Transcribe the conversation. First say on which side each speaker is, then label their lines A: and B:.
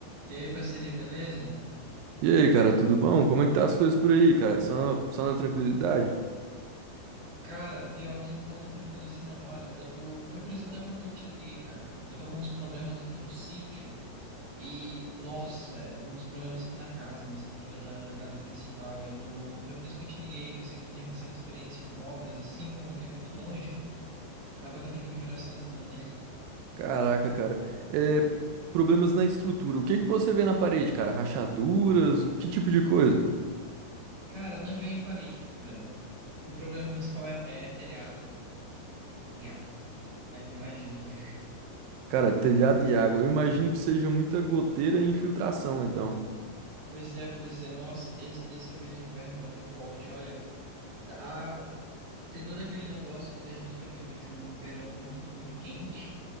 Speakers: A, on the right; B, on the right.
A: E aí, parceria, beleza?
B: E aí, cara, tudo bom? Como é que tá as coisas por aí, cara? Só, só na tranquilidade?
A: Cara, pior que não tá tão tranquilo assim, não. Olha, eu tô. Foi por isso até porque eu te liguei, cara. Eu tô com uns problemas aqui no sítio e, nossa, é, uns problemas aqui na casa, na estrutura da, da casa principal. Eu tô. Foi por isso que eu te liguei, que eu sei que tu tem uma certa experiência com obras assim, como aqui é muito longe, acaba que eu tenho que me virar sozinho, né?
B: Caraca, cara. É, problemas na estrutura. O que que você vê na parede, cara? Rachaduras? O Que tipo de coisa?
A: Cara, não é bem parede o problema. O problema principal é, é telhado e água. Aí tu imagina que. <laughs>
B: Cara, telhado e água. Eu imagino que seja muita goteira e infiltração, então.
A: Pois é, pois é, nossa, esse, dessa vez o inverno bateu forte, olha. Tá, Tem todo aquele negócio da gente estar vindo de um verão muito, muito quente